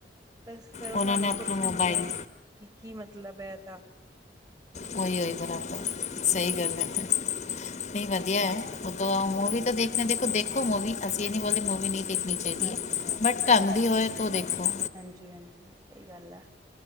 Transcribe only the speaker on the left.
ਉਹਨਾਂ
ਨੇ ਆਪਣਾ
ਮੋਬਾਈਲ
ਉਹੀ ਹੋਈ ਬਰਾਬਰ
ਸਹੀ ਗੱਲ ਹੈ। ਨਹੀਂ ਵਧੀਆ ਹੈ ਉਹ ਤਾਂ ਮੂਵੀ ਤਾਂ ਦੇਖਦੇ ਦੇਖੋ ਦੇਖੋ ਮੂਵੀ ਅਸੀਂ ਇਹ ਨਹੀਂ ਬੋਲਦੇ ਮੂਵੀ ਨਹੀਂ ਦੇਖਣੀ ਚਾਹੀਦੀ
ਬਟ
ਢੰਗ ਦੀ ਹੋਏ ਤੋਂ ਦੇਖੋ।